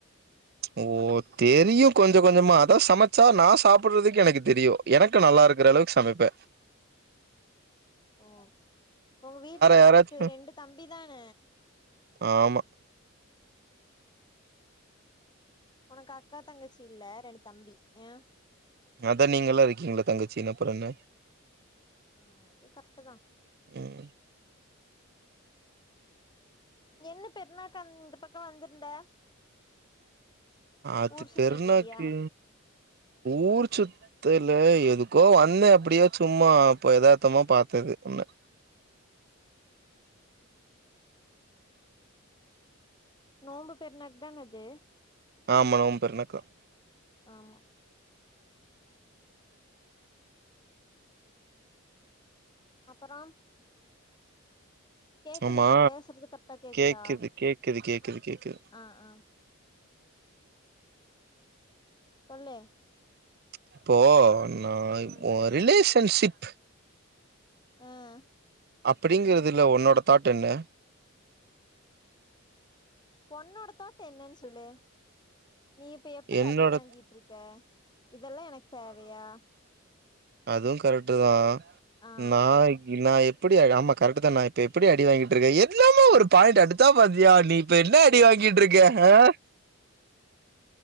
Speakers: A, on the right; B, on the left.
A: ஓ தெரியு கொஞ்சொ கொஞ்சமா அதை சமச்சா நா சாப்புட்றதுக்கு எனக்கு தெரியு எனக்கு நல்லா இருக்ற அளவுக்கு சமைப்பே
B: ஓ ஒங் வீட்ல
A: யாராச்சு
B: ஒனக்கு ரெண்டு தம்பி தான
A: ஆமா
B: ஒனக்கு அக்கா தங்கச்சி இல்ல ரெண்டு தம்பி யான்
A: அதான் நீங்க எல்லாம் இருக்கீங்கள தங்கச்சினு அப்றம் என்ன
B: ஆஹ் அது கர்ட்டுதான்
A: ம்
B: என்ன பெருனாக்கு அந்த பக்கம் வந்திருந்த
A: அது
B: ஊர் சுத்திட்டு
A: பெருனாக்கு
B: இருந்தியா
A: ஊர்ச்சு த்தல்ல எதுக்கோ வந்தன் அப்டியே சும்மா அப்ப எதார்த்தமா பாத்தது உன்ன
B: நோம்பு பெருனாக்கு தான இது
A: ஆமா நோம்பு பெருனாக்குதான்
B: ஆமா அப்பறம் கேக்குதா
A: ஆமா
B: நான் பேசுறது கர்ட்டா கேக்குதா
A: கேக்குது கேக்குது கேக்குது கேக்குது
B: ஆஹ் ஆஹ் சொல்லு
A: இப்போ நாய்
B: ம்
A: ஒன் ரிலிஸ் ஷண்ஷிப்பு
B: ம்
A: அப்பிடிங்கிறதுல ஒன்னோட தாட் என்ன
B: பொண்ணோட தாட் என்னன்னு சொல்லு நீ இப்ப எப்டி
A: என்னோட
B: அடி வாங்கிட்டு இருக்க இதெல்லாம் எனக்கு தேவையா
A: அதுவும் கரெக்ட் தான்
B: ஆ
A: நாயினாயப் இப்புடியா ஆமா கரெட்டுதான் இப்ப எப்புடி அடி வாங்கிட்டு இருக்கன் எல்லாம ஒரு பாயிண்டு அடுச்சாப் பாத்தியா நீ இப்ப என்ன அடி வாங்கிட்டு இருக்க ஆஹ்